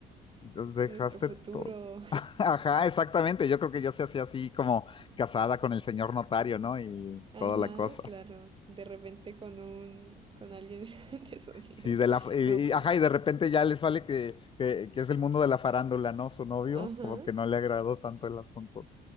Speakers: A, on the left; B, on the right.
A: dejaste
B: Nuestro futuro.
A: todo, Ajá, exactamente. Yo creo que yo se hacía así como casada con el señor notario, ¿no? Y
B: Ajá,
A: toda la cosa.
B: claro. De repente con un, con alguien <laughs> de sonido.
A: Sí, de la, y-
B: No,
A: y-
B: pero.
A: ajá, y de repente ya le sale que, que, que es el mundo de la farándula, ¿no? Su novio,
B: Ajá.
A: como que no le agradó tanto el asunto.